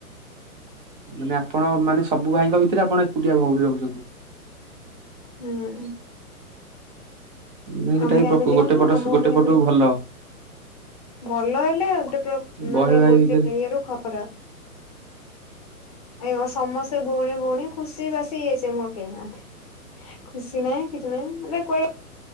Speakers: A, on the right; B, on the left.
A: ମାନେ ଆପଣ ମାନେ ସବୁ ଭାଇଙ୍କ ଭିତରେ ଆପଣ ଏକୁଟିଆ ଭଉଣୀ ରହୁଛନ୍ତି।
B: ହୁଁ।
A: ନାଇଁ ସେଟା
B: ଆମ
A: ବି
B: ଫ୍ୟାମିଲି
A: ଗୋଟେ
B: କଣ
A: ପଟ
B: ମାମୁଁ
A: ଗୋଟେ
B: ଘର ଫ୍ୟାମିଲି
A: ପଟୁ
B: କ
A: ଭଲ
B: ଭଲ ହେଲେ ଗୋଟେ ପୁରା
A: ବହେ
B: ମାନେ
A: ଭାଇ
B: ଗୋଟେ
A: ଭିତରେ
B: କେ ଇଏରୁ ଖରାପ। ଏ ଓ ସମସ୍ତେ ଭଉଣୀ ଭଉଣୀ ଖୁସି ବାସି ଏଇ ସିଏ ମୋର କେହିନାହାନ୍ତି। ଖୁସି ନାହିଁ କିଛି ନାହିଁ ମାନେ କୁଆଡ଼େ